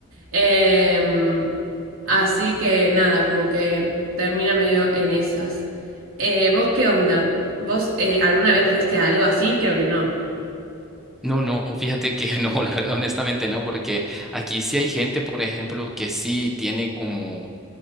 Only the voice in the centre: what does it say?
No, no, <laughs> fíjate que no, la verdad, honestamente no, porque aquí sí hay gente, por ejemplo, que sí tiene como